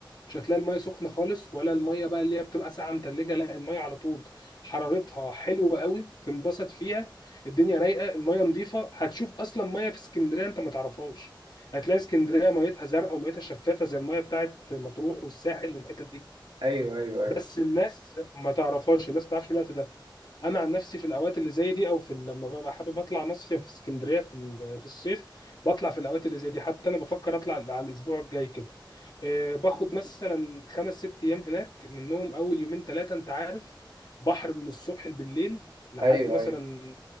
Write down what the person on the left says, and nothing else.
مش هتلاقي الميه سخنه خالص ولا الميه بقى اللي هي بتبقى ساقعه متلجه لا الميه على طول حرارتها حلوه قوي تنبسط فيها الدنيا رايقه الميه نظيفه هتشوف اصلا ميه في اسكندريه انت ما تعرفهاش هتلاقي اسكندريه ميتها زرقاء وميتها شفافه زي الميه بتاعت مطروح والساحل والحتت دي
بس الناس ما تعرفهاش الناس ما تعرفش الوقت ده انا عن نفسي في الاوقات اللي زي دي او في لما ببقى حابب اطلع مصيف في اسكندريه في ال- في الصيف بطلع في الاوقات اللي زي دي حتى انا بفكر اطلع على الاسبوع الجاي كده آه، باخد مثلا خمس ست ايام هناك منهم اول يومين ثلاثه انت عارف بحر من الصبح بالليل لحد
مثلا